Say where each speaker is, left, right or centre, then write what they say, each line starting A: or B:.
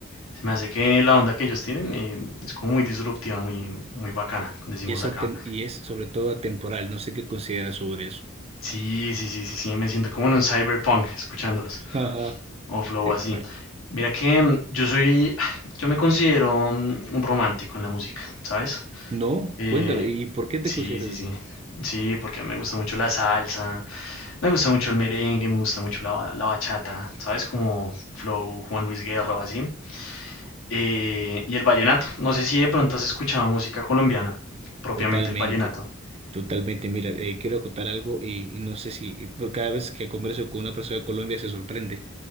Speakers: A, on the left; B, on the right.
A: Se me hace que la onda que ellos tienen eh, es como muy disruptiva, muy, muy bacana, decimos
B: Y es,
A: acá.
B: atem- y es sobre todo atemporal. No sé qué consideras sobre eso.
A: Sí, sí, sí, sí, sí, me siento como en un cyberpunk escuchándolos,
B: Ajá,
A: o flow
B: exacto.
A: así. Mira que mm, yo soy, <sighs> yo me considero mm, un romántico en la música, ¿sabes?
B: No,
A: Eh,
B: cuéntame. ¿Y por qué te
A: Sí,
B: consideras
A: sí,
B: así?
A: sí. Sí, porque me gusta mucho la salsa, me gusta mucho el merengue, me gusta mucho la, ba- la bachata, ¿sabes? Como Flow, Juan Luis Guerra o así. Eh, y el vallenato. No sé si de pronto has escuchado música colombiana, propiamente
B: Totalmente,
A: el vallenato.
B: totalmente. Mira, eh, quiero contar algo y, y no sé si, pero cada vez que converso con una persona de Colombia se sorprende.